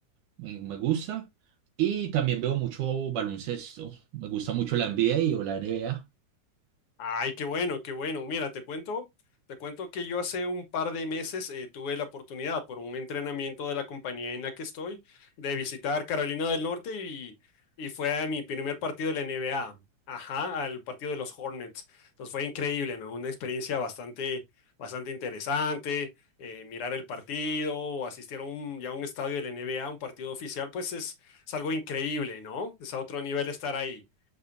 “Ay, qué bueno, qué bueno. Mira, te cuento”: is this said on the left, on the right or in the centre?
Left